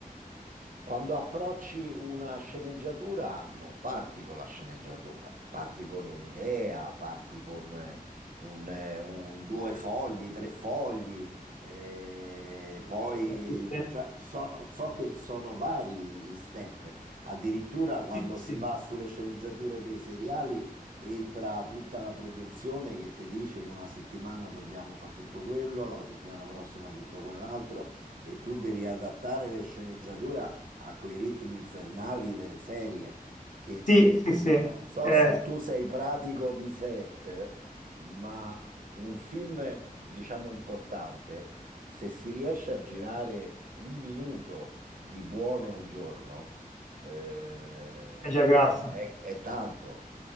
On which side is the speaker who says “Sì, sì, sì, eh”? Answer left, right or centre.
Left